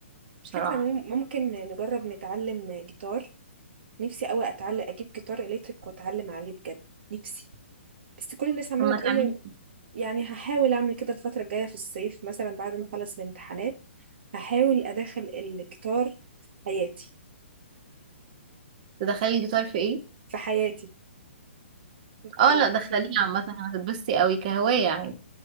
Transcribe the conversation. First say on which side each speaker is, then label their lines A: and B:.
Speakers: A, on the right; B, on the right.
A: بصراحة
B: فكرة مم- ممكن نجرب نتعلم جيتار نفسي قوي اتعلم اجيب جيتار الكتريك واتعلم عليه بجد نفسي بس كل الناس عمالة
A: لما
B: تقولي
A: تعملي
B: يعني هحاول اعمل كده الفترة الجاية في الصيف مثلا بعد ما اخلص الامتحانات هحاول ادخل الجيتار في حياتي
A: تدخلي الجيتار في ايه
B: في حياتي يبقى
A: اه
B: روتين
A: لا دخليه
B: كده
A: عامة هتتبسطي قوي كهواية عادي